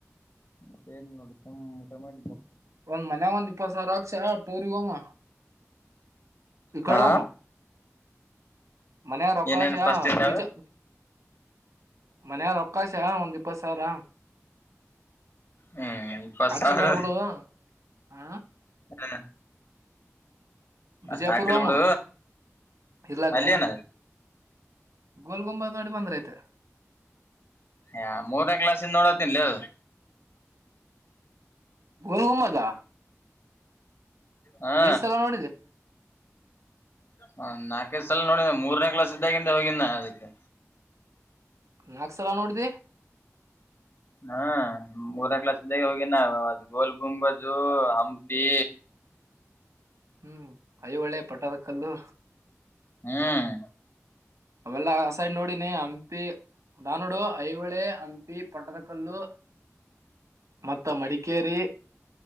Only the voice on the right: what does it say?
ಒಂದ್ ಮನ ಒಂದ್ ಇಪ್ಪ ಸರ ಆಗ್ಸ ಟೋರಿ ಹಮ್ಮ ಇ ಕಡೋಾಮ
ಮನೆಯೊಕ್ಕಾಶ
ಬಜಜ ಮನೆಯಾರೊಕ್ಕಾಶ ಒಂದ್ ದಪಸ ಸರ
ಅಕ್ಷಯ
ಬಡ್ಬಿಡುವ ಆ
ಬಿಜಯಪುರ್ವಮ್ಮ
ಇಲಾಕ್ಕ
ಗೋಲ್ ಗೊಂಬ ನೋಡಿ ಬಂದ್ರಐತೆ
ಗುರುಹಮ್ಮದಾ
ಏ ಸಲ ನೋಡಿದೆ
ನಾಕ್ಸಲ ನೋಡ್ದ
ಹ್ಮ್ ಐ ಒಳ್ಳೆ ಪಟದ ಕಲ್ಲು
ಅವೆಲ್ಲ ಆ ಸೈಡ್ ನೋಡಿನಿ ಹಂಪಿ ನಾನೋಡು ಐಹಳೆ ಹಂಪಿ ಪಟ್ಟದ ಕಲ್ಲು ಮತ್ತ ಮಡಿಕೇರಿ